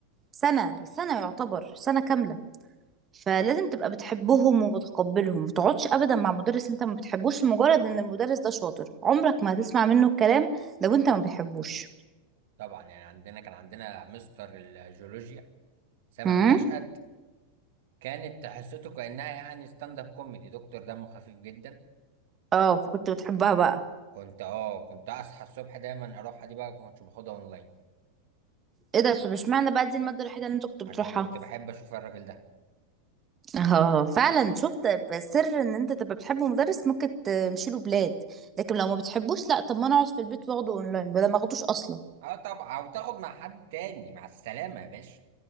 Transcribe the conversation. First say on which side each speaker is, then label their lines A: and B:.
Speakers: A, on the right; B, on the right.
A: سنة سنة يعتبر سنة كاملة فلازم تبقى بتحبهم ومتقبلهم ما تقعدش أبدا مع مدرس أنت ما بتحبوش لمجرد إن المدرس ده شاطر عمرك ما هتسمع منه الكلام لو أنت ما بتحبوش
B: طبعا يعني عندنا كان عندنا مستر الجيولوجيا سامح
A: هم؟
B: نشأت كانت حصته كأنها يعني ستاند اب كوميدي دكتور دمه خفيف جدا
A: اه كنت بتحبها بقى
B: كنت اه كنت اصحى الصبح دايما اروح دي بقى كنت باخدها اونلاين
A: ايه ده طب اشمعنى بقى دي المادة الوحيدة اللي انت كنت بتروحها
B: عشان كنت بحب اشوف الراجل ده
A: اه فعلا شفت سر ان انت تبقى بتحب مدرس ممكن تمشي له بلاد لكن لو ما بتحبوش لا طب ما انا اقعد في البيت واخده اونلاين بدل ما اخدوش اصلا
B: اه طبعا وتاخد مع حد تاني مع السلامة يا باشا